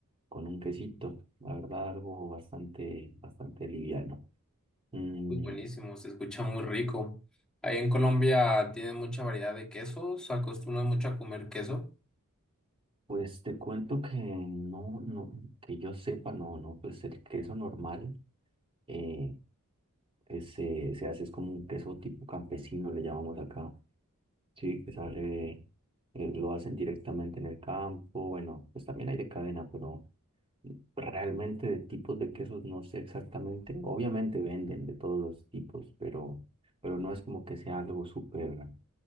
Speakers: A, on the right (about 25°); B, in the centre.
A: con un quesito, la verdad, algo bastante, bastante liviano. Mm,
B: Muy buenísimo, se escucha muy rico. Ahí en Colombia tienen mucha variedad de quesos, se mucho a comer queso.
A: Pues te cuento que no, no, que yo sepa, no, no, pues el queso normal eh, que se, se hace es como un queso tipo campesino, le llamamos acá, sí, que sale, eh, lo hacen directamente en el campo, bueno, pues también hay de cadena, pero realmente de tipos de quesos no sé exactamente, obviamente venden de todos los tipos, pero, pero no es como que sea algo súper